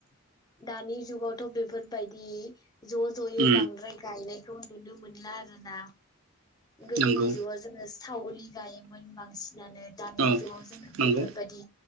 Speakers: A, on the left; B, on the right.
A: दानि जुगावथ' बेफोरबायदि बि ज' ज'यै
B: उम
A: बांद्राय गायनायखौ नुनो मोनला आरोना गोदनि
B: नंगौ
A: जुगाव जोंओ सावरि गायोमोन बांसिन नानै दानि
B: औ
A: जुगाव जोङो
B: नंगौ
A: बेफोरबायदि